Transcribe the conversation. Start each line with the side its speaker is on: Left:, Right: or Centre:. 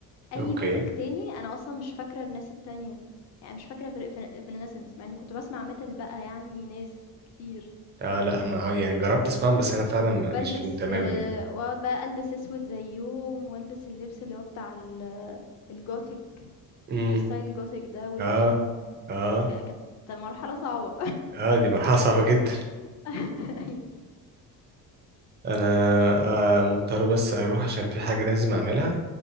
Left: أي
Right: اوكي
Left: metal تاني أنا أصلًا مش فاكرة الناس التانية، يعني مش فاكرة غير Evan Evanescence مع إني كنت باسمع metal بقى يعني ناس كتير،
Right: اه لا ما آه، يعني جربت اسمعهم بس انا فعلا ماليش
Left: وبالبس
Right: فيهم تماما يعني
Left: وأقعد بقى ألبس أسود زيّهم، وألبس اللبس اللي هو بتاع ال الgothic
Right: امم
Left: عارف style الgothic ده والemo
Right: اه اه
Left: ك كانت مرحلة صعبة.
Right: اه دي مرحله صعبه جدا
Left: <laughs> أيوه،
Right: انا آه مضطر بس اروح عشان في حاجه لازم اعملها